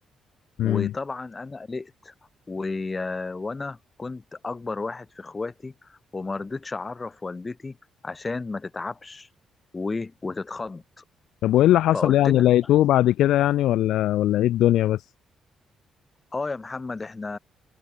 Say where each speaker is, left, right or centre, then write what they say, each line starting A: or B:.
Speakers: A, on the left; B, on the left.
A: امم
B: وطبعا أنا قلقت و... وأنا كنت أكبر واحد في إخواتي وما رضيتش أعرف والدتي عشان ما تتعبش و... وتتخض
A: طب وايه اللي حصل
B: فقلت
A: يعني
B: لها
A: لقيتوه بعد كده يعني ولا ولا ايه الدنيا بس
B: اه يا محمد احنا